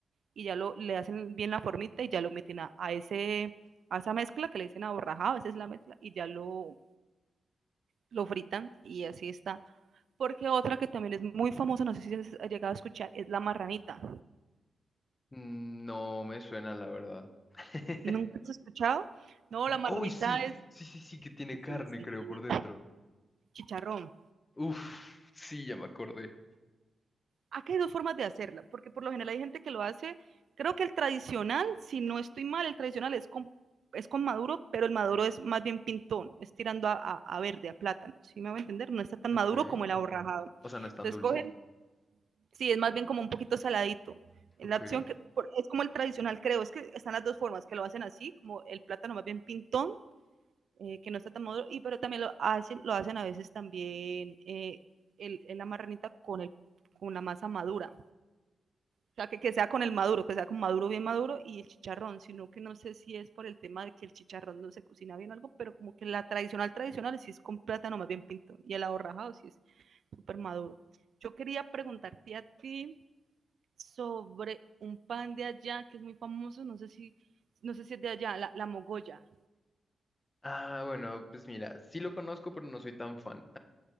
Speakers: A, on the right; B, on the left.
A: y ya lo, le hacen bien la formita y ya lo meten a, a ese, a esa mezcla que le dicen aborrajado, a veces la mezcla, y ya lo, lo fritan y así está. Porque otra que también es muy famosa, no sé si has llegado a escuchar, es la marranita.
B: mm, no me suena, la verdad. <laughs>
A: ¿Nunca has escuchado? No, la marranita
B: Uy, sí,
A: es
B: sí, sí, sí, que tiene
A: sí,
B: carne,
A: sí,
B: creo,
A: sí,
B: por dentro.
A: chicharrón.
B: Uf, sí, ya me acordé.
A: Acá hay dos formas de hacerla, porque por lo general hay gente que lo hace, creo que el tradicional, si no estoy mal, el tradicional es con, es con maduro, pero el maduro es más bien pintón, es tirando a, a, a verde, a plátano, si ¿sí me voy a entender, no está tan
B: Ok.
A: maduro como el aborrajado.
B: O sea, no es tan
A: Entonces
B: dulce.
A: cogen, sí, es más bien como un poquito saladito. La
B: Ok.
A: opción que por, es como el tradicional, creo, es que están las dos formas, que lo hacen así, como el plátano más bien pintón, eh, que no está tan maduro, y, pero también lo hacen, lo hacen a veces también eh, el, el la marranita con, el, con la masa madura. O sea, que, que sea con el maduro, que sea con maduro bien maduro y el chicharrón, sino que no sé si es por el tema de que el chicharrón no se cocina bien o algo, pero como que la tradicional tradicional sí es con plátano más bien pintón y el ahorrajado sí es súper maduro. Yo quería preguntarte a ti sobre un pan de allá que es muy famoso, no sé si, no sé si es de allá, la, la mogolla.
B: Ah, bueno, pues mira, sí lo conozco, pero no soy tan fan.